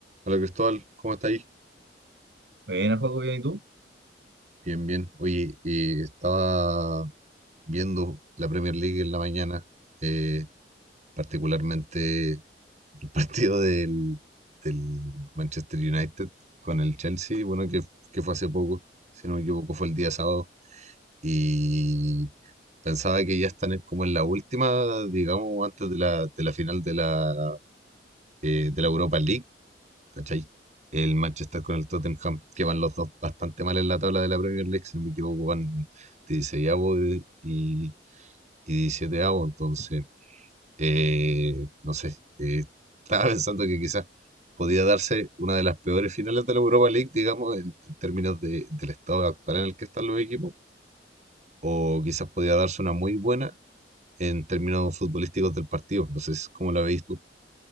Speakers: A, on the right; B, on the right.
A: Hola Cristóbal, ¿cómo está ahí?
B: Bueno, Joaco, bien, ¿y tú?
A: Bien, bien. Oye, eh, estaba viendo la Premier League en la mañana, eh, particularmente el <laughs> partido del, del Manchester United con el Chelsea, bueno, que, que fue hace poco, si no me equivoco, fue el día sábado. Y pensaba que ya están en- como en la última, digamos, antes de la, de la final de la, eh, de la Europa League. ¿cachai? El Manchester con el Tottenham, que van los dos bastante mal en la tabla de la Premier League, si no me equivoco, van 16 y, y 17 entonces, eh, no sé, eh, estaba pensando que quizás podía darse una de las peores finales de la Europa League, digamos, en, en términos de- del estado actual en el que están los equipos, o quizás podía darse una muy buena en términos futbolísticos del partido, no sé si- cómo la veis tú.